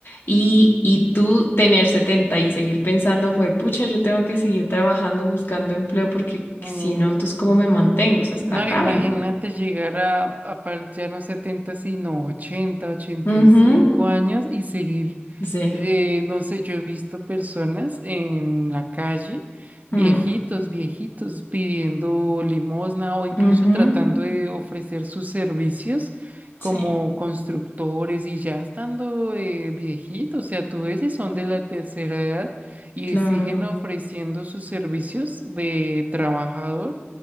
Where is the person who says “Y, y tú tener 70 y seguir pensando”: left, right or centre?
Left